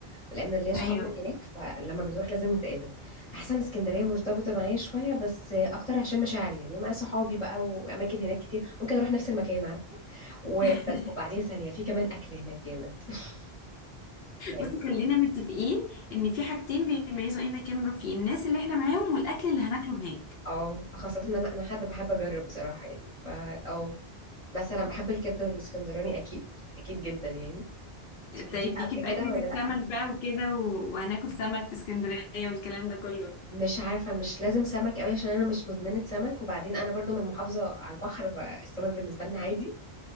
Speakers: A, on the left; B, on the left.
A: لان ليا صحاب
B: ايوه
A: من هناك فلما بنروح لازم نتقابل احسن اسكندريه مرتبطه معايا شويه بس اكتر عشان مشاعري يعني مع صحابي بقى واماكن هناك كتير ممكن اروح نفس المكان عارفه وبس
B: <laughs>
A: وبعدين ثانيه في كمان اكل هناك جامد <laughs> يعني
B: بصي خلينا متفقين ان في حاجتين بيميزوا اي مكان بنروح فيه الناس اللي احنا معاهم والاكل اللي هناكله هناك
A: اه خاصه ان انا انا حد بحب اجرب بصراحه يعني فا اه مثلا بحب الكبده الاسكندراني اكيد اكيد جدا يعني أنت اكلتيها
B: طيب ليكي
A: قبل
B: باكلة
A: كده ولا
B: السمك
A: لا
B: بقى وكده و- وهناكل سمك في اسكندرية والكلام ده كله
A: مش عارفة مش لازم سمك قوي عشان أنا مش مدمنة سمك وبعدين أنا برضو من محافظة على البحر فالسمك بالنسبة لنا عادي